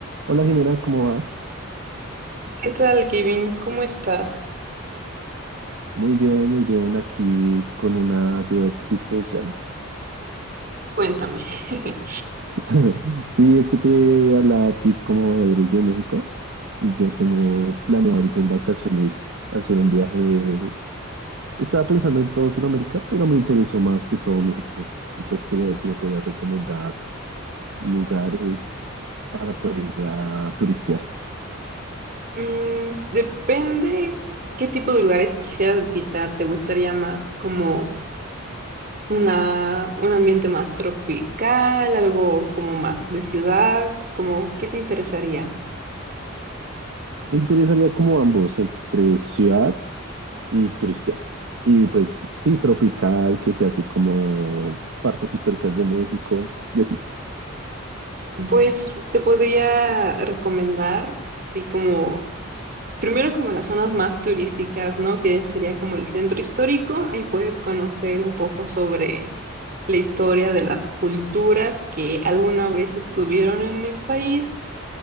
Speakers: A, on the right (about 70°); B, on the right (about 45°).
A: Hola Jimena, ¿cómo vas?
B: ¿Qué tal, Kevin? ¿Cómo estás?
A: Muy bien, muy bien, aquí con una duda existencial.
B: Cuéntame. <laughs>
A: <laughs> Sí, es que te hablaba a ti como eres de México y yo tengo planeado ahorita en vacaciones hacer un viaje. Estaba pensando en todo Sudamérica, pero me interesó más que todo México. Y pues quería ver si me podías recomendar lugares para poder ir a turistear.
B: Mm, depende qué tipo de lugares quisieras visitar. ¿Te gustaría más como una, un ambiente más tropical, algo como más de ciudad? Como, ¿qué te interesaría?
A: Me interesaría como ambos, entre ciudad y turistear. Y pues sí, tropical, que sea así como partes históricas de México y así.
B: Pues te podría recomendar, así como, primero como las zonas más turísticas, ¿no? Que sería como el centro histórico. Ahí puedes conocer un poco sobre la historia de las culturas que alguna vez estuvieron en el país,